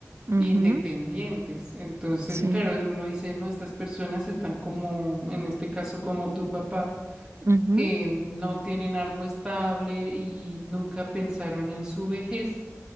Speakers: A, on the right; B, on the right.
A: ujú,
B: independientes. Entonces,
A: Sí.
B: claro, uno dice, no, estas personas están como, en este caso, como tu papá,
A: ujú,
B: que no tienen algo estable y nunca pensaron en su vejez.